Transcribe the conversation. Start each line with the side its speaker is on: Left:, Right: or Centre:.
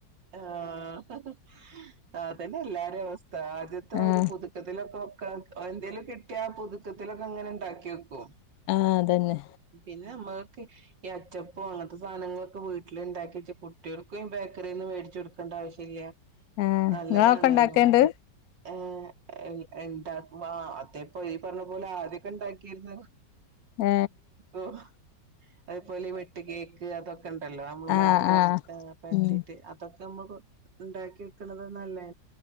Right: ആ ആ അതന്നെ എല്ലാർ അ <inaudible> ആത്ത ദ്യത്തെ
Left: ആഹ്
Right: ഒരു പുതുക്കത്തിലൊക്കെ എന്തേലും കിട്ടിയാ പുതുക്കത്തിലൊക്കെ അങ്ങനെ ഉണ്ടാക്കി ഓക്കും
Left: ആ അതന്നെ
Right: പിന്നെ നമ്മക്ക്ഈ അച്ചപ്പം അങ്ങനത്തെ സാധനങ്ങളൊക്കെ വീട്ടില് ഇണ്ടാക്കി വച്ച കുട്ടികൾക്കും ബേക്കറിന്നും മേടിച്ചു കൊടുക്കേണ്ട ആവശ്യമില്ല
Left: ആഹ്
Right: നല്ലതാണേനോ
Left: ഇങ്ങളൊക്കെ ഇണ്ടാക്കേണ്ട്
Right: ഏ എല് എന്താ വാ അതപ്പോയി പറഞ്ഞ പോലആദ്യയൊക്കെ ഇണ്ടാക്കിരുന്നു
Left: ഏ
Right: ഓഹ് അതു പോലെ വെട്ട് കേക്ക് അതൊക്കെ ഉണ്ടല്ലോ നമ്മൾ മൈത
Left: ആഹ്
Right: പര
Left: ആഹ്
Right: പരത്തിയിട്ട്
Left: ഉം
Right: അതൊക്കെ നമ്മൾ ഉണ്ടാക്കി വിക്കുന്നത് നല്ലതല്ലേ